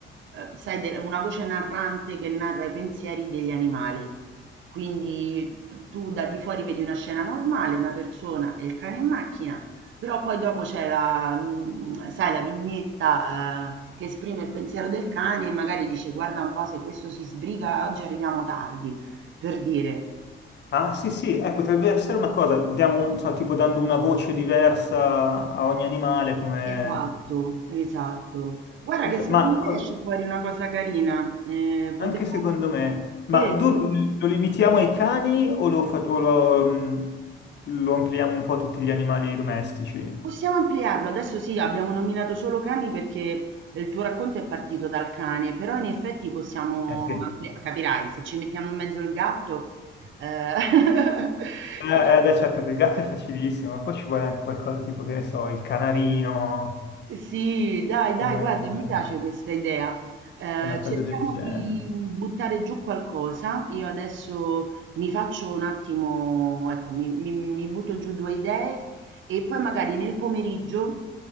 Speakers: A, on the right (about 75°); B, on the left (about 60°).
A: eh, sai, de- una voce narrante che narra i pensieri degli animali. Quindi tu, tu da di fuori vedi una scena normale, una persona e il cane in macchina, però poi dopo c'è la, mh, sai, la vignetta, eh, che esprime il pensiero del cane e magari dice guarda un po' se questo si sbriga oggi arriviamo tardi, per dire.
B: Ah, sì, sì, eh, potrebbe essere una cosa, diamo, un- so, tipo dando una voce diversa a ogni animale, come...
A: Esatto, esatto. Guarda
B: potre-
A: che secondo
B: Ma
A: me
B: co-
A: esce fuori una cosa carina. eh, potremmo...
B: Anche secondo me.
A: Vero?
B: Ma tu lo limitiamo ai cani o lo, fa- o lo, mm, lo ampliamo un po' a tutti gli animali domestici?
A: Possiamo ampliarlo. Adesso sì, abbiamo nominato solo cani perché il tuo racconto è partito dal cane, però in effetti possiamo
B: Eh sì.
A: ampli- Capirai, se ci mettiamo in mezzo il gatto, eh, <laughs>
B: Eh,
A: che
B: eh, beh, certo, per il gatto è facilissimo, ma poi ci vuole anche qualcosa tipo, che ne so, il canarino,
A: Sì, dai, dai,
B: eh,
A: guarda, mi piace questa idea. Eh,
B: una cosa
A: cerchiamo
B: del genere.
A: di mm, buttare giù qualcosa. Io adesso mi faccio un attimo, ecco, mi, mi- mi butto giù due idee e poi magari nel pomeriggio